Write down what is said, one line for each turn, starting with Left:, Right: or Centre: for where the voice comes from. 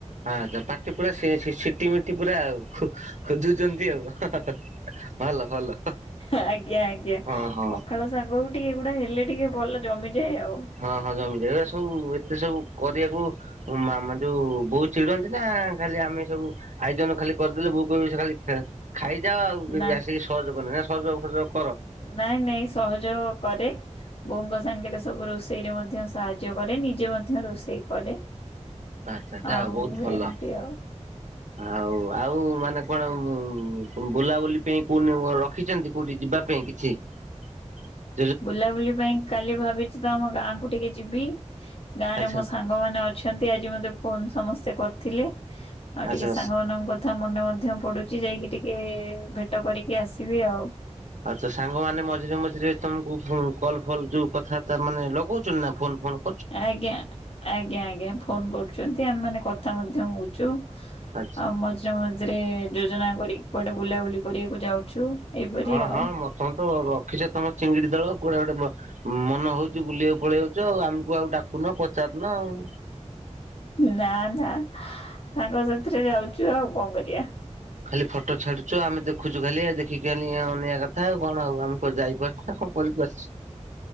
Right: ହଁ ତ ପାଟି ପୁରା ସେ ସିଟି ମିଟି ପୁରା ଆଉ। ଖୋଜୁଛନ୍ତି, ଆଉ ଭଲ ଭଲ।
Left: ଆଜ୍ଞା ଆଜ୍ଞା
Right: ହଁ ହଁ
Left: ପଖାଳ ସାଙ୍ଗକୁ ଟିକେ ଏଗୁଡା ହେଲେ ଟିକେ ଭଲ ଜମିଯାଏ ଆଉ।
Right: ହଁ ହଁ ଜମିଯାଏ ଏରାସବୁ ଏତେ ସବୁ କରିବାକୁ ମାମା ଯୋଉ ବହୁତ ଚିଡନ୍ତି ନା ଖାଲି ଆମେ ସବୁ ଆଇଜନ ଖାଲି କରିଦେଲେ ବୋ କରିବ ଖାଲି ଖାଇଯାଅ ଆଉ
Left: ନା
Right: ଆସିକି ସହଯୋଗନ <unintelligible> ସହ ସହ
Left: ନାଇଁ ନାଇଁ ସହଯୋଗ କରେ। ବୋଉଙ୍କ ସାଙ୍ଗରେ ସବୁ ରୋଷେଇ ରେ ମଧ୍ୟ ସାହାଯ୍ୟ କରେ ନିଜେ ମଧ୍ୟ ରୋଷେଇ କରେ।
Right: ଆଛା ଯାହା
Left: ଆଉ
Right: ବହୁତ ଭଲ,
Left: ଏମିତି ଆଉ।
Right: ଆଉ ଆଉ ମାନେ କଣ ବୁଲାବୁଲି ପାଇଁ କୋଉଠି ରଖିଛନ୍ତି କୋଉଠି ଯିବା ପାଇଁ କିଛି? <inaudible>
Left: ବୁଲାବୁଲି ପାଇଁ କାଲି ଭାବିଛି ତ ଆମ ଗାଁ କୁ ଟିକେ ଯିବି, ଗାଁ
Right: ଆଚ୍ଛା
Left: ରେ ମୋ ସା ସାଙ୍ଗ ମାନେ ଅଛନ୍ତି ଆଜି ମତେ ଫୋନ ସମସ୍ତେ କରିଥିଲେ ଆଉ
Right: ଆଚ୍ଛା
Left: ଟିକେ ସାଙ୍ଗ ମନ କଥା ମନେ ମଧ୍ୟ ପଡୁଛି ଯାଇକି ଟିକେ ଭେଟ କରିକି ଆସିବି ଆଉ।
Right: ଆଛ ସାଙ୍ଗମାନେ ମଝିରେ ମଝିରେ ତମକୁ କଲ୍ ଫଲ୍ ଯୋଉ କଥା ବାର୍ତ୍ତା ମାନେ ଲଗଉଛନ୍ତି ନା ଫୋନ୍ ଫୋନ୍?
Left: ଆଜ୍ଞା ଆଜ୍ଞା ଆଜ୍ଞା ଫୋନ କରୁଛନ୍ତି ଆମେ ମାନେ କଥା ମଧ୍ୟ ହଉଛୁ।
Right: ଆଚ୍ଛା <inaudible>
Left: ଆଉ ମଝିରେ ମଝିରେ ଯୋଜନା କରି କୁଆଟେ ବୁଲାବୁଲି କରିବାକୁ ଯାଉଛୁ। ଏଇପରି
Right: ହଁ ହଁ
Left: ଆଉ।
Right: ମଁ ତମେ ତ ରଖିଛ ତମ ଚିଙ୍ଗିଡି ଦଳ କୋଡେ ଗୋଟେ ମନ ହଉଛି ବୁଲିବାକୁ ପଳେଇାଉଛୁ ଆଉ ଆମକୁ ଆଉ ଡାକୁନ ପଚାରୁନ ଆଉ।
Left: ନା ନା ସାଙ୍ଗ ସାଥିରେ ଯାଉଛୁ ଆଉ କଣ କରିବା।
Right: ଖାଲି ଫଟୋ ଛାଡୁଚ ଆମେ ଦେଖୁଛୁ ଖାଲିଆ ଦେଖିକି ଖାଲି ଅନିଆ କଥା ଆଉ କଣ ଆଉ ଆମ କ ଯାଇପାରୁଛ ନା କଣ ବ ବସ୍ <inaudible>